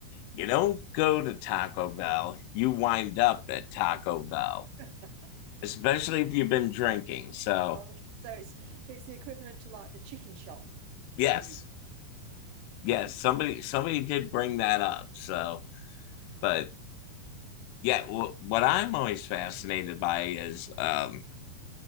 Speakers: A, on the left; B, on the right.
A: you don't go to Taco Bell, you wind up at Taco Bell,
B: <laughs>
A: especially if you've been drinking. So,
B: Oh, so it's it's the equivalent to like the chicken shop
A: yes,
B: in the UK.
A: yes, somebody somebody did bring that up. So, but yeah, w- what I'm always fascinated by is um,